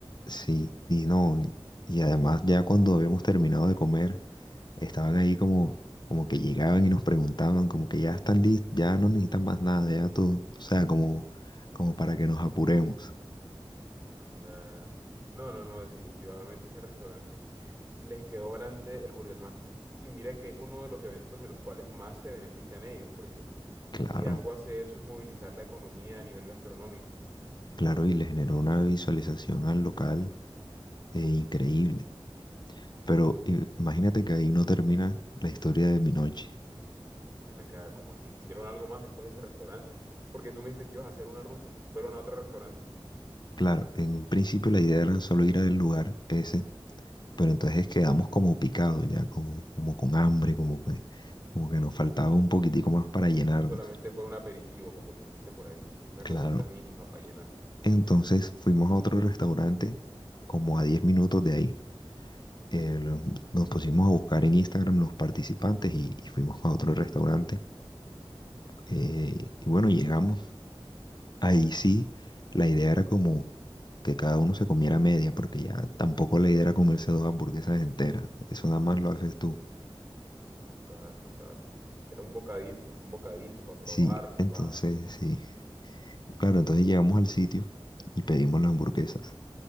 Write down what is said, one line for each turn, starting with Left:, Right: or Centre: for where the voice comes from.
Left: sí. Y no, y, y además ya cuando habíamos terminado de comer, estaban ahí como, como que llegaban y nos preguntaban, como que ya están listos, ya no necesitan más nada, ya todo, o sea, como, como para que nos apuremos.
Right: Anda. No, no, no, definitivamente ese restaurante les quedó grande el Burger Master. Y mira que es uno de los eventos de los cuales más se benefician ellos, porque
Left: Claro.
Right: si algo hace eso es movilizar la economía a nivel gastronómico.
Left: Claro, y le generó una visualización al local eh, increíble. Pero eh, imagínate que ahí no termina la historia de mi noche.
Right: Ven acá, como así? ¿Hicieron algo más después de ese restaurante? Porque tú me dijiste que ibas a hacer una ruta. ¿Fueron a otro restaurante?
Left: Claro, en un principio la idea era solo ir al lugar ese, pero entonces quedamos como picados ya, como, como con hambre, como que, como que nos faltaba un poquitico más para llenarnos.
Right: Eso solamente fue un aperitivo, como quien dice por ahí. Una
Left: Claro.
Right: cosita mínima para llenar.
Left: Entonces fuimos a otro restaurante como a 10 minutos de ahí. Eh, lo- nos pusimos a buscar en Instagram los participantes y, y fuimos a otro restaurante. Eh, y bueno, llegamos Ahí sí, la idea era como que cada uno se comiera media, porque ya tampoco la idea era comerse dos hamburguesas enteras. Eso nada más lo haces tú.
Right: Total, total. Era un bocadito, un bocadito para probarla,
Left: Sí, entonces
Right: pa...
Left: sí. Claro, entonces llegamos al sitio y pedimos las hamburguesas.